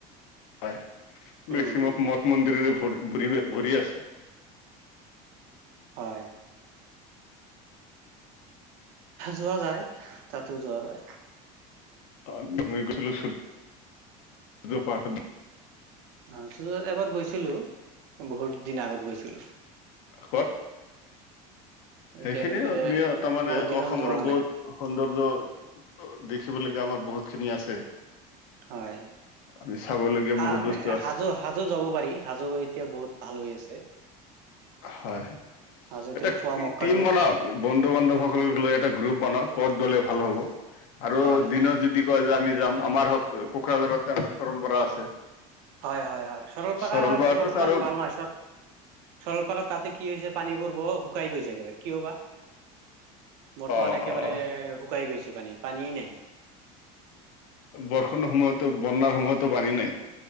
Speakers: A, on the left; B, on the right.
A: হয়
B: উম
A: মেক্সিমাম
B: উম
A: মঠ মন্দিৰেৰে ভৰি ভৰি ভৰি আছে।
B: হয়। যোৱা যায় তাতো যোৱা যায়।
A: আমি মই গৈছিলো সু সূৰ্য পাহাৰ
B: অ সূৰ্য এবাৰ গৈছিলো বহুত দিন আগত গৈছিলো।
A: কত
B: এতিয়ালৈকে
A: সেইখিনিও তাৰ মানে
B: বহুত দিন
A: অসমৰ
B: হ'ল যোৱা নাই
A: বহুত সৌন্দৰ্য দেখিব লগীয়া আমাৰ বহুত খিনি আছে।
B: হয়
A: আমি চাবলগীয়া
B: হা
A: বহুত
B: আমি
A: বস্তু আছে।
B: হাজো হাজো যাব পাৰি হাজো এতিয়া বহুত ভাল হৈ আছে।
A: হয়
B: হাজোতে
A: এটা
B: পোৱা মক্কাটো
A: টিম বনাওক বন্ধু বান্ধৱসকলক লৈ এটা গ্ৰুপ বনাওক, ক'ত গলে ভাল হ'ব আৰু
B: হয়
A: দিনত
B: হয়
A: যদি কয় যে আমি যাম আমাৰ হওক কোকৰাঝাৰতে আমাৰ সৰলপাৰা আছে।
B: হয় হয় হয় সৰলপাৰা
A: সৰল বৰাটো
B: ত বৰ্তমান
A: আৰু
B: ভাল নহয় চত সৰলপাৰাত তাতে কি হৈছে পানীবোৰ বৰ শুকাই গৈছে একেবাৰে, কিয় বা? বৰ্তমান
A: অ
B: একেবাৰে শুকাই গৈছে পানী, পানী নাই।
A: বৰষূণ সময়তো বনাৰ সময়তো পানী নাই।